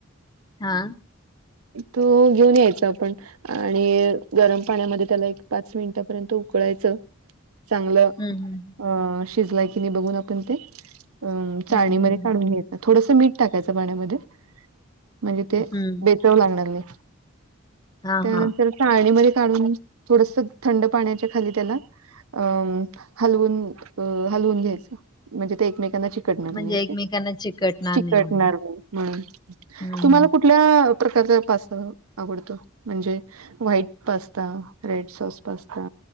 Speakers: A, on the left; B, on the right.
A: हा
B: तो घेऊन यायच आपण आणि गरम पाण्यामध्ये त्याला एक पाच मिनिटापर्यंत उकळायचं. चांगलं
A: हम्म
B: अ शिजलाय कि नाही बघून आपण ते अ चाळणीमध्ये
A: हम्म हम्म हम्म हम्म
B: काढून घ्यायच थोडसं मीठ टाकायचं पाण्यामध्ये म्हणजे ते
A: हम्म
B: बेचव लागणार नाही
A: हां,
B: त्यानंतर
A: हां.
B: चाळणीमध्ये काढून थोडस थंड पाण्याच्या खाली त्याला अ हलवून अ हलवून घ्यायचं म्हणजे ते एकमेकांना चिकट चिकटणार
A: म्हणजे
B: नाही ओके
A: एकमेकांना चिकटणार
B: चिकटणार
A: नाही म्हणून.
B: नाही हम्म
A: हं,
B: तुम्हाला
A: हं.
B: पण कुठंल प्रकारच पास आवडत म्हणजे white pasta, red sauce pasta